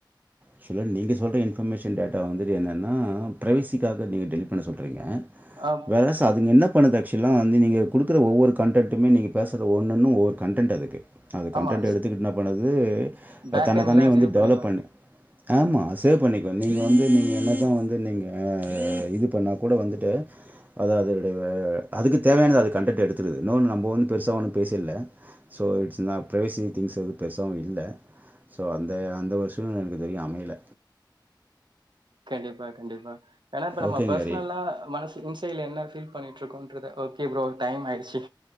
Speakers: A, on the right; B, on the right.
A: க்ஷாலா நீங்கள் சொல்கிற இன்ஃபர்மேஷன் டேட்டா வந்துது என்னென்னா ஃப்ரைவசிக்காக நீங்கள் டெலிட் பண்ண சொல்றீங்க
B: ஆ
A: வேறசா அதுங்க
B: அப்
A: என்ன பண்ணுது ஆக்க்ஷ எல்லாம் வந்து நீ கொடுக்குற ஒவ்வொரு கன்டேன்டுமே நீங்க பேசுர ஒன்னென்னு ஒரு கன்டன்டு அதுக்கு அது கண்டடன்ட்
B: ஆமா.
A: எடுத்துக்கிட்டுனா பண்ணுது
B: பேக்
A: தன்னை
B: எண்ட்ல
A: தன்னே வந்து
B: சேவ்
A: டெவலப்
B: பண்ணிக்கும்.
A: பண்ணு ஆமா சேவ் பண்ணிக்கும் நீங்கள் வந்து நீங்க என்ன தான் வந்து நீங்கா இது பண்ணா கூட வந்துட்டு அது அதனுடைய அதுக்கு தேவையானது அதை கண்டன்ட்ட எடுத்துடுது இன்னொன்னு நம்ம வந்து பெருசா ஒண்ணும் பேசில்ல சோ இட்ஸ் நான் ப்வேசிங் திங்ஸ்எதும் பெருசவும் இல்ல சோ அந்த அந்த ஒரு சூழ்நிலை எனக்கு தெரியும் அமையல
B: கண்டிப்பா கண்டிப்பா ஏன்னா இப்ப நம்ம
A: ஓகேங்க
B: பர்சனலா
A: ஹரி
B: மனசு இன்சைட்ல என்னபீல் பண்ணிட்டு இருக்கோன்றது ஓகே ப்ரோ டைம் ஆயிடுச்சு